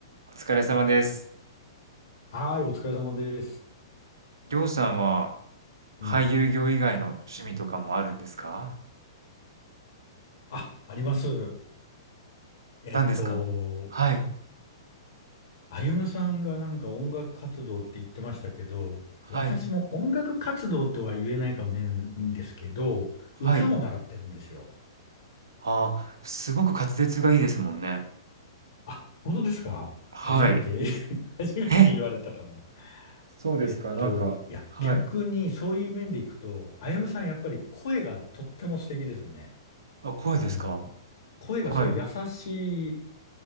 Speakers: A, on the right; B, on the left.
A: お疲れ様です。
B: はーい、お疲れ様です。
A: りょうさんは
B: うん。
A: 俳優業以外の趣味とかもあるんですか
B: あ、あります。えっと、
A: 何ですかはい、
B: あゆむさんがなんか音楽活動って言ってましたけど、
A: はい、
B: 私も音楽活動とは言えないかもしれないんですけど、歌を習ってるんですよ。
A: はい。ああ、すごく滑舌がいいですもんね。
B: あ、本当ですか <laughs>
A: はい。
B: 初めて <laughs> 初めて言われたかも。
A: え、そうですか、
B: えっと、
A: なんか、
B: いや、
A: はい。
B: 逆にそういう面でいくと、あゆむさんやっぱり声がとっても素敵ですね。
A: あ、声ですか
B: あの、声がすごい優し
A: はい。